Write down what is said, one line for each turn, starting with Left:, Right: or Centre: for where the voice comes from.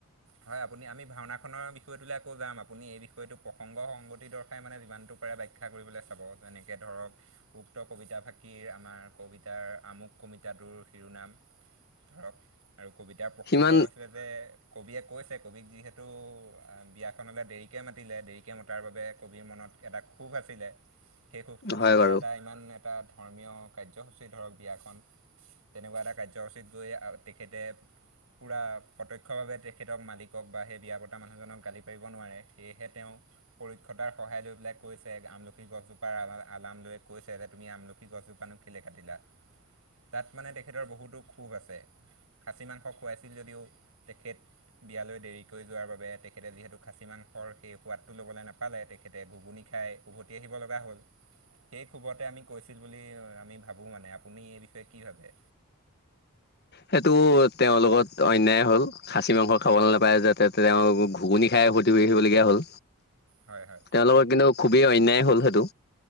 Right: হয় আপুনি আমি ভাওনাখনৰ বিষয়টোলৈ আকৌ যাম আপুনি এই বিষয়টো সংঘ সংগতি দৰ্শাই মানে যিমানটো পাৰে ব্যাখ্যা কৰিবলৈ চাব যেনেকৈ ধৰক উক্ত কবিতাভাষি আমাৰ কবিতাৰ আমুক কবিতাটোৰ শিৰোনাম ধৰ আৰু কবিতাৰ প্ৰসংগ
Left: সিমান
Right: হৈছিলে যে কবিয়ে কৈছে কবি যিহেতু বিয়াখনলৈ দেৰিকে মাতিলে দেৰি শিকে মতাৰ বাবে কবিৰ মনত এটা সুভ আছিলে সেই শুভটোতো
Left: হয়
Right: এতিয়া
Left: বাৰু
Right: এটা ইমান এটা ধৰ্মীয় কাৰ্যসূচী ধৰক বিয়াখন তেনেকুৱা এটা কাৰ্যসূচীত গৈ আহ তেখেতে পুৰা প্ৰত্যক্ষভাৱে তেখেতক মালিকক বা সেই বিয়া পতা মানুহজনক গালি পাৰিব নোৱাৰে সেয়েহে তেওঁ পৰীক্ষতাৰ সহায় লৈ পেলাই কৈছে আমলখি গছজোপাৰ আলাম লৈ কৈছে যে তুমি আমলি গছ জোপা নু কিয় কাটিলা তাত মানে তেখেতৰ বহুতো খোব আছে। খাচী মাংস খুৱাইছিল যদিও তেখেত বিয়ালৈ দেৰিকৈ যোৱাৰ বাবে তেখেতে যিহেতু খাচী মাংসৰ সেই সোৱাদটো ল'বলৈ নাপালে তেখেতে ঘুগুনি খাই উভতি আহিব লগা হ'ল সেই খুবতে আমি কৈছিল বুলি আমি ভাবোঁ মানে, আপুনি এই বিষয়ে কি ভাবে?
Left: সেইটো তেওঁৰ লগত অন্যায় হ'ল, খাচী মাংস খাবলৈ নাপায় যাতে তেওঁ ঘুগুনি খাই উভতি আহিবলগীয়া হ'ল।
Right: হয় হয়
Left: তেওঁলোকৰ কিন্তু খুবেই অন্যায় হ'ল সেইটো